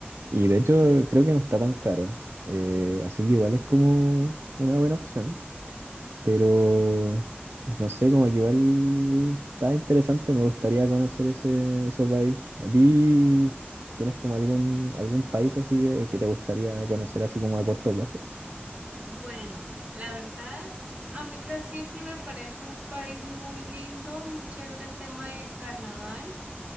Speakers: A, on the right; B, on the right.
A: y de hecho, creo que no está tan caro. Eh, así que igual es como una buena opción. Pero no sé, como que igual está interesante, me gustaría conocer ese, ese país. ¿A ti tienes como algún, algún país así que, que te gustaría conocer así como a corto plazo?
B: Bueno, la verdad, a mí Brasil sí me parece un país muy lindo, muy chévere el tema del carnaval,